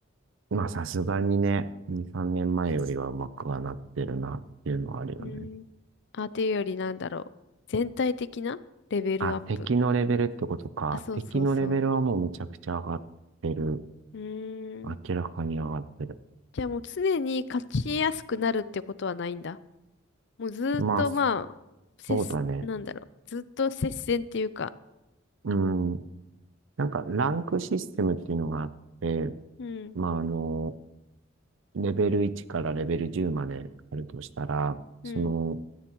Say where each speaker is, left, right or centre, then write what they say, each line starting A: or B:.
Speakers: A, on the right; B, on the left.
A: まあさすがにね、2、3年前よりはうまくはなってるなっていうのはあるよね。
B: うん。あ、というよりなんだろう。全体的なレベルアップ。
A: あ、敵のレベルってことか。
B: あ、そうそうそ
A: 敵のレベルはもうめちゃくちゃ上がってる。
B: う。うーん。
A: 明らかに上がってる。
B: じゃあもう常に勝ちやすくなるってことはないんだ。もうずーっとまあ、
A: まあ、
B: せす、
A: そうだね。
B: なんだろう。ずっと接戦っていうか。
A: うん。なんかランクシステムっていうのがあって、
B: うん、
A: まああの、レベル1からレベル10まであるとしたら、
B: うん、
A: その、